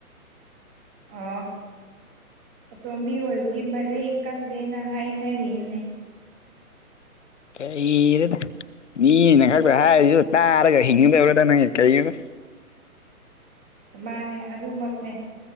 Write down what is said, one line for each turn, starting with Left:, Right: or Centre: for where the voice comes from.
Centre: ꯑ ꯑꯇꯣꯝꯕꯤ ꯑꯣꯏꯕꯒꯤ ꯃꯔꯩ ꯀꯜꯂꯦꯅ ꯍꯥꯏꯅꯔꯤꯅꯦ
Left: ꯀꯩꯔꯗ ꯃꯤꯅ ꯈꯛꯇ ꯍꯥꯏꯔꯤꯁꯨ ꯇꯥꯔꯒ ꯍꯤꯡꯒꯗꯕ꯭ꯔꯗ ꯅꯪ ꯀꯩꯅꯣꯗ꯫
Centre: ꯃꯥꯅꯦ ꯑꯗꯨꯃꯛꯅꯦ꯫